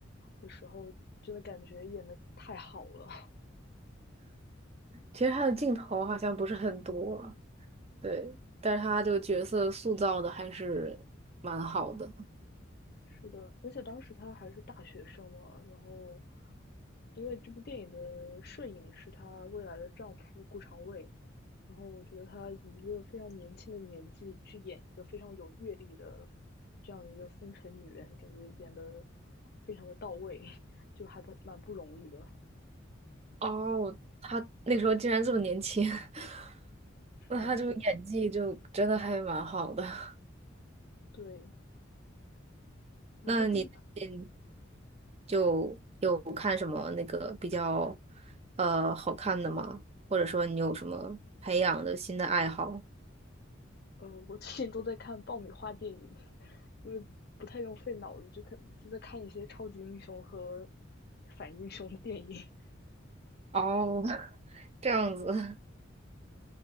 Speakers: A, on the left; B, on the right.
A: 的时候，真的感觉演的太好了。
B: 其实他的镜头好像不是很多。对，但是他这个角色塑造的还是蛮好的。
A: 是的，而且当时她还是大学生嘛，然后，因为这部电影的摄影是她未来的丈夫顾长卫，然后我觉得她以一个非常年轻的年纪去演一个非常有阅历的这样一个风尘女人，感觉演的非常的到位，<laughs> 就还蛮蛮不容易的。
B: 哦，他那时候竟然这么年轻，<laughs>
A: 是的，
B: 那他这个演技就真的还蛮好的。
A: 是的，
B: <laughs>
A: 对。然后这部
B: 那你最近就有看什么那个比较呃好看的吗？或者说你有什么培养的新的爱好？
A: 呃，我最近都在看爆米花电影，<laughs> 因为不太用费脑子，就看就在看一些超级英雄和反英雄的电影。
B: 哦，<laughs> 这样子，<laughs>